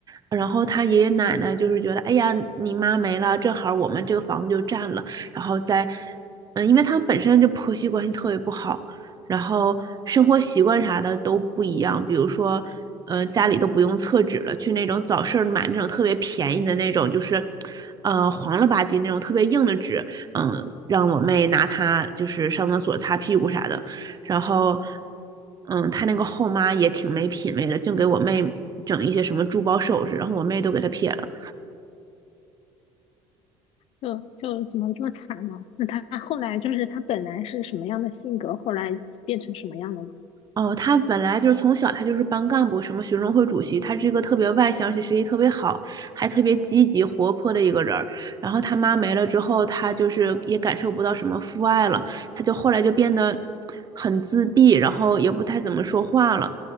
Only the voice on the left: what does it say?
就就怎么这么惨呢？那她后来就是她本来是什么样的性格，后来变成什么样了吗？